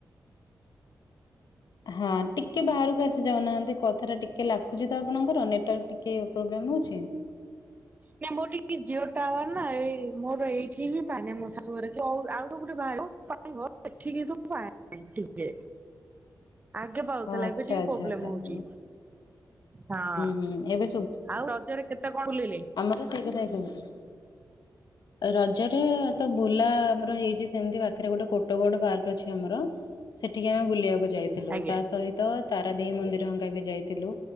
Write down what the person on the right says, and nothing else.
ନା ମୋର ଟିକେ ଜିଓ ଟାୱାର ନା ଏଇ ମୋର ଏଇଠି ହିଁ ପାଏନା ମୋ ଶାଶୁ ଘରେ କି ଅଉ ଆଉ ସବୁଠି ବାହାରେ। ପାଇବ ଏଠି କିନ୍ତୁ ପାଏନା ଟିକେ। ଆଗେ ପାଉଥୁଲା
ଏବେ ଟିକେ
ପ୍ରୋବ୍ଲେମ
ହଉଚି।
ହଁ
ଆଉ ରଜରେ କେତେ କଣ ବୁଲିଲେ?
ଆଜ୍ଞା